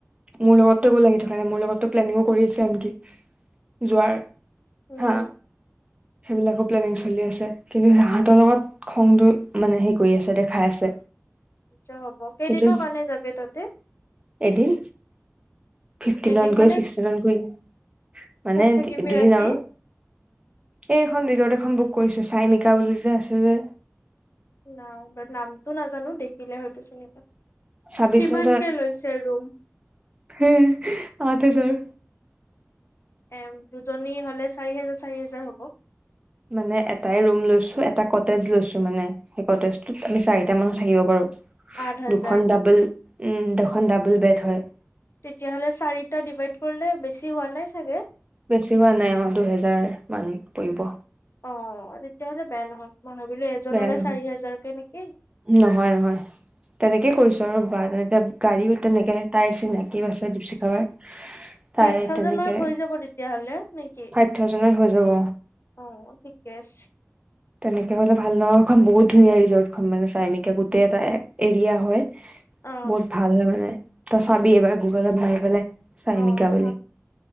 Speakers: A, on the right; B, on the left.
A: মোৰ লগতো একো লাগি থকা নাই মোৰ লগতো প্লেনিঙো কৰি আছে আনকি যোৱাৰ
B: উম
A: হা সেইবিলাকো প্লেনিং চলি আছে কিন্তু হাহতৰ লগত খং দৈত মানে সেই কৰি আছে দেখাই আছে
B: আচ্ছা হ'ব কেইদিনৰ
A: কিন্তু
B: কাৰণে যাব তাতে
A: এদিন ফিফটিনত
B: এদিন
A: গৈ
B: মানে
A: ছিক্সটিনত গুইম মানে
B: ক'ত থাকিবি
A: দুদিন
B: ৰাতি
A: আৰু এই এখন ৰিজৰ্ট এখন বুক কৰিছো চাইমিকা বুলি যে আছে যে
B: নাই বাৰ নামটো নাজানো দেখিলে হয়তো চিন পা
A: চাবিচোন
B: কিমান কে লৈছে ৰুম
A: হে আঠ হাজাৰ
B: এ দুজনী হলে চাৰি হোজাৰ চাৰি হোজাৰ হ'ব
A: মানে এটাই ৰুম লৈছো এটা কটেজ লৈছো মানে সেই কটেজটোত আমি চাৰিটা মানুহ থাকিব পাৰো
B: আঠ হাজাৰ
A: দুখন ডাবোল উম দুখন ডাবোল বেট হয়
B: তেতিয়াহলে চাৰিটা ডিভাইড কৰিলে বেছি হোৱা নাই চাগে
A: বেছি হোৱা নাই অ দুহেজাৰ মান পৰিব
B: অ তেতিয়াহলে বেয়া নহয় মই ভাবিলো এজনৰে
A: বেয়া নহয়
B: চাৰি হাজাৰকে নেকি?
A: নহয় নহয় তেনেকে কৰিছো আৰু বা তেনেকে গাড়ীও তেনেকে তাই চিনাকি আছে দীপশিখাবাৰ তাই
B: ফাইপ থাউজেণ্ড
A: তেনেকে
B: মানত হৈ যাব তেতিয়া হ'লে নেকি
A: ফাইভ থাউজেণ্ডত হৈ যাব
B: অ ঠিকে আছ
A: তেনেকে ভাল লগাখন বহুত ধুনীয়া ৰিজৰ্টখন মানে চাইনিকা গোটেই এটা এৰিয়া হয়।
B: অ
A: বহুত ভাল হয় মানে তই চাবি এবাৰ গুগলত মাৰি পেলায়। চাইমিকা
B: অ
A: বুলি।
B: চাম